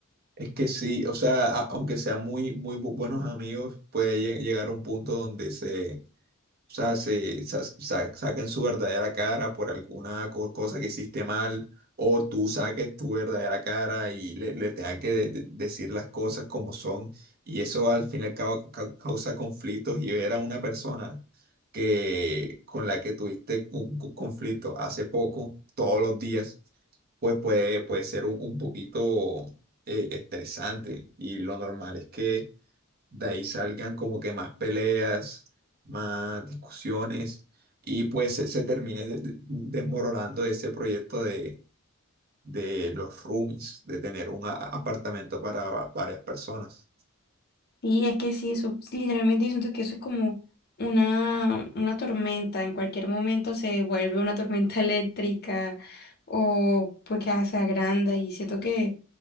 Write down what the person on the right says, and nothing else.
Es que sí, o sea, a- aunque sean muy, muy bu- buenos amigos, puede lle- llegar a un punto donde se, o sea, se, sa- sa- saquen su verdadera cara por alguna co- cosa que hiciste mal, o tú saques tu verdadera cara y le, le tengas que de- de- decir las cosas como son. Y eso al fin y al cabo cau- causa conflictos y ver a una persona que, con la que tuviste un co- conflicto hace poco, todos los días, pues puede, puede ser un, un poquito eh, estresante. Y lo normal es que de ahí salgan como que más peleas, más discusiones y pues se, se termine de- de- desmoronando ese proyecto de, de los roomies, de tener un a- apartamento para va- varias personas.